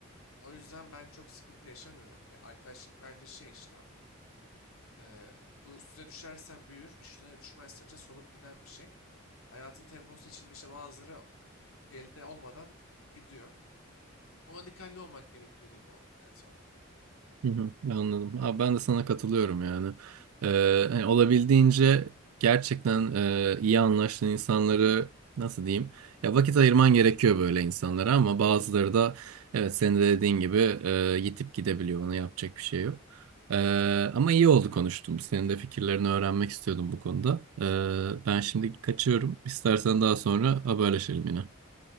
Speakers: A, on the left; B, on the right.
A: O yüzden ben çok sıkıntı yaşamıyorum. Ya arkadaşlık bence şey işte abi. Eee, bu üstüne düşersen büyür, üstüne düşmezsen işte solup giden bir şey. Hayatın temposu içinde işte bazıları elde olmadan gidiyor. Ona dikkatli olmak gerekiyor diyeyim olarak, yani son olarak.
B: Hı hı, anladım. Abi ben de sana katılıyorum yani. Ee, hani olabildiğince gerçekten e, iyi anlaştığın insanları nasıl diyeyim? Ya vakit ayırman gerekiyor böyle insanlara ama bazıları da evet senin de dediğin gibi e, yitip gidebiliyor. Ona yapacak bir şey yok. Ee, ama iyi oldu konuştum. Senin de fikirlerini öğrenmek istiyordum bu konuda. Ee, ben şimdi kaçıyorum. İstersen daha sonra haberleşelim yine.